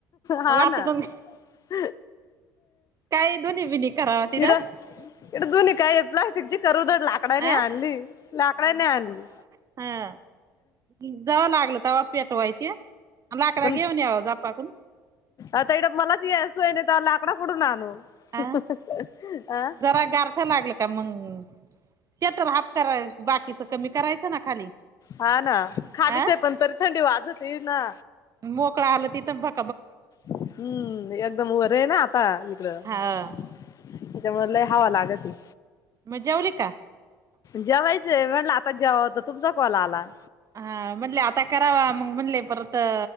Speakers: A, on the left (about 35°); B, on the right (about 30°).
A: हा
B: वातडून
A: ना. <inaudible>
B: काही दोन्ही बिनी करावा तिथं
A: एक बाईनी
B: अ
A: आणनली लाकड नाही आनली.
B: हा आ जवा लागलं तवा पेत. वहयची आहे लाकड
A: पण
B: घेऊन या आज आपपा कडून.
A: आता ईकड मला येयची सोय नाही तवा लाकड कुठून आणू. <unintelligible>
B: अ
A: आं
B: जरा गारठं लागलं का मग शटर हाफ कराय बाकीच कमी करायचं ना खाली.
A: हा ना खालीच
B: अ
A: आहे पण तरी थंडी वाजत येई ना.
B: मोकळा आल तिथं बघ.
A: हम्म एकदम वरेना. पा ईकडे त्याच्या
B: हा
A: मध्ये लय हवा लागती.
B: म जेवली का.
A: जेवायचंय म्हटलं आता <inaudible> तुमचा कॉल आला.
B: हा म्हंटले आता करावा मग म्हणले परत अ.